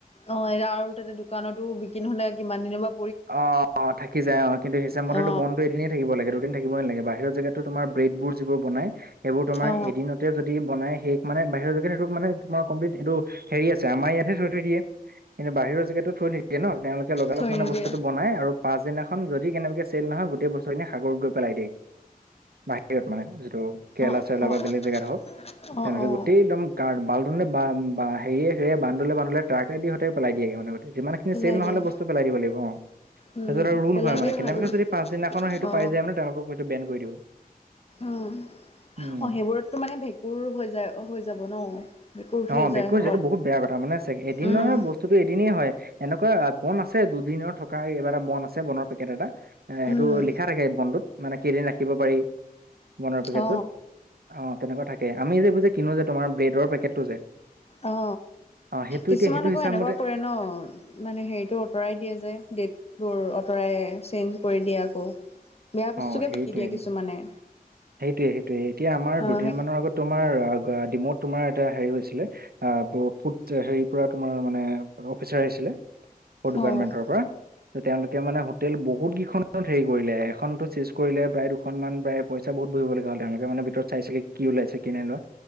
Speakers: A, on the left; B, on the right.
A: অ এতিয়া আৰু তাতে দোকানতো বিকি নহলে কিমান দিনৰ পা
B: অ অ থাকি যায় অ কিন্তু হিচাপ মতেতো
A: অ
B: বনটো এদিন থাকিব লাগে দুদিন থাকিবই নেলাগে বাহিৰ জেগাতো তোমাৰ ব্ৰেডবোৰ যিবোৰ বনাই সেইবোৰ তোমা
A: অ
B: এদিনত যদি বনাই শেষ মানে বাহিৰত গৈকিনে সেইটো মানে তোমাৰ কমপ্লিট এইটো হেৰি আছে আমাৰ ইয়াতহে থৈ থৈ দিয়ে। কিন্তু বাহিৰৰ জেগাতো থৈ নিদিয়ে ন তেওঁলোকে লগালগ
A: থৈ
B: মানে
A: নিদিয়ে
B: বস্তু বনাই আৰু পাছদিনাখন যদি কেনেকেবাকে চেল নহয় গোটেই বস্তুখিনি সাগৰত গৈ পেলাই দিয়ে। বাহিৰত মানে যিটো কেৰেলা
A: অ
B: চৰেলা
A: অ
B: বা বেলেগ জেগাত হওঁক
A: অ
B: তেনেকে
A: অ
B: গোতেই একদম কাৰ বাল্দনে বা হেয়ে হেয়ে বান্দলে বান্দলে ট্ৰাকে দি সিঁহতে পেলাই দিয়েগে মানে সিহঁতে যিমানে
A: পেলাই
B: চেল নহলে
A: দিয়ে
B: বস্তু পেলাই দিব লাগিব অ'।
A: উম
B: তাৰপিছত আৰু ৰোল
A: পেলাই
B: হয় মানে
A: দিয়ে
B: কেনেবাকৈ
A: ভাল
B: যদি পাছদিনাখৰ
A: অ
B: সেইটো পাই যায় মানে তেওঁলোকক সেইটো বেন কৰি দিব।
A: উম
B: উম,
A: সেইবোৰতটো মানে ভেঁকুৰ হৈ যায় হৈ যাব ন। ভেঁকুৰ উঠি
B: অ ভেকুৰ
A: যায় সম্ভৱ
B: যিহেতু বহুত বেয়া কথা মানে এদিনৰ
A: উম
B: ব বস্তুটো এদিনেই হয় এনেকুৱা বন আছে দুদিনৰ থকা এই কিবা এটা বন আছে বনৰ পেকেট এটা এ সেইটো
A: উম
B: লিখা থাকে বনটোত মানে কেইদিন ৰাখিব পাৰি, বন পেকেটটোত
A: অ
B: অ তেনেকুৱা থাকে আমি যে এইবো যে কিনো যে তোমাৰ ব্ৰেডৰ পেকেট টো যে
A: অ
B: সেইটো
A: কিছুমান
B: এতিয়া সেইটো
A: আকৌ
B: হিচাপ
A: এনেকুৱা
B: মতে
A: কৰে ন মানে হেৰিটো আতৰাই দিয়ে যে গেটবোৰ আতৰাই চেঞ্জ কৰি দিয়ে আকৌ বেয়া বস্তুকে
B: অ সেইটোৱে,
A: বিকি দিয়ে কিছুমানে
B: সেইটোৱে সেইটোয়ে এতিয়া আমাৰ
A: অ',
B: দুদিনমানৰ আগত তোমাৰ ডিমৌত তোমাৰ এটা হেৰি হৈছিলে আহ বু ফুট হেৰি পৰা তোমাৰ মানে অফিচাৰ আহিছিলে ফুট ডিপাৰ্টমেণ্টৰ
A: অ',
B: পৰা তেওঁলোকে মানে হোটেল বহুত কেইখনত হেৰি কৰিলে এখনটো চেজ কৰিলে প্ৰায় দুখনমানান প্ৰায় পইচা বহুত ভৰিবলগা হল তেওঁলোকে মানে ভিতৰত চাইছেগে কি ওলাইছে কি নাই ওলোৱা